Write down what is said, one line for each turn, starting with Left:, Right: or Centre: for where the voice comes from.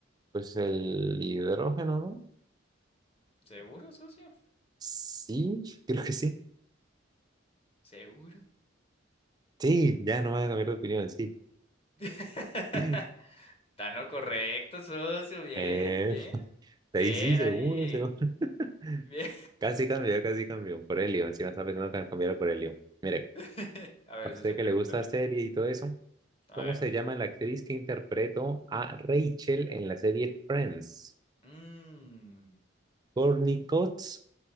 Right: Pues el hidrógeno, ¿no?
Left: ¿Seguro, socio?
Right: Sí, creo que sí.
Left: Seguro.
Right: Sí, ya no va a cambiar de opinión, sí.
Left: <laughs> Está
Right: <clears throat> <laughs>
Left: en lo correcto, socio. Bien,
Right: Eh,
Left: bien.
Right: ahí
Left: Bien
Right: sí, seguro,
Left: ahí.
Right: seguro. <laughs>
Left: Bien.
Right: Casi cambió, casi cambió. Por helio, encima estaba pensando que cambiara por helio. Mire,
Left: <laughs> A ver,
Right: A usted
Left: socio,
Right: que
Left: pregúntame.
Right: le gusta la serie y todo eso,
Left: A
Right: ¿cómo
Left: ver.
Right: se llama la actriz que interpretó a Rachel en la serie Friends?
Left: Mm,
Right: ¿Courtney Cox,